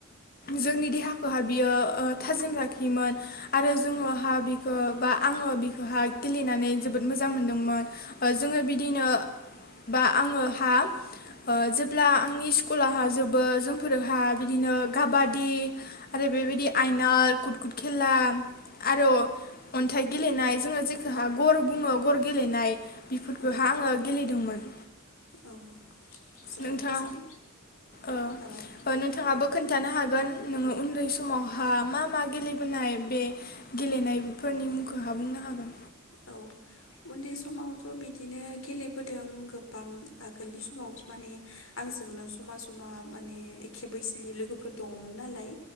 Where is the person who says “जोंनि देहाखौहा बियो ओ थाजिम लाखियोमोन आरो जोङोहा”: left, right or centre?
Left